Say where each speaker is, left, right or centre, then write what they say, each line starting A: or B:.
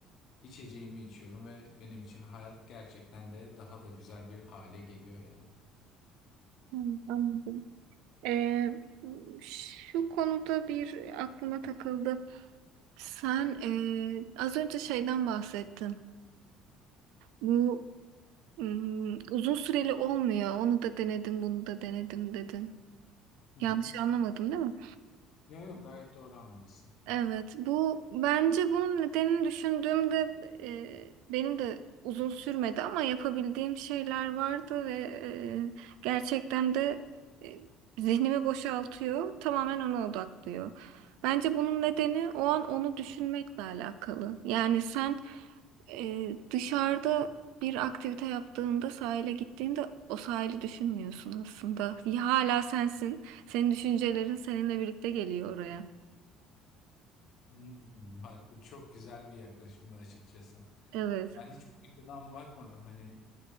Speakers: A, on the left; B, on the right.
A: içeceğimi içiyorum ve benim için hayat gerçekten de daha da güzel bir hale geliyor yani.
B: Hmm, anladım. E, şu konuda bir aklıma takıldı. Sen e, az önce şeyden bahsettin. Bu mm, uzun süreli olmuyor. Onu da denedim, bunu da denedim dedin.
A: Hı hı.
B: Yanlış anlamadım değil mi?
A: Yok yok gayet doğru anlamışsın.
B: Evet, bu bence bunun nedenini düşündüğümde e, benim de uzun sürmedi ama yapabildiğim şeyler vardı ve e, gerçekten de e, zihnimi boşaltıyor, tamamen ona odaklıyor. Bence bunun nedeni o an onu düşünmekle alakalı. Yani sen e, dışarıda bir aktivite yaptığında sahile gittiğinde o sahili düşünmüyorsun aslında. Hala sensin, senin düşüncelerin seninle birlikte geliyor oraya.
A: Hmm, Bak bu çok güzel bir yaklaşımdı açıkçası.
B: Evet.
A: Ben hiç bu açıdan bakmadım hani.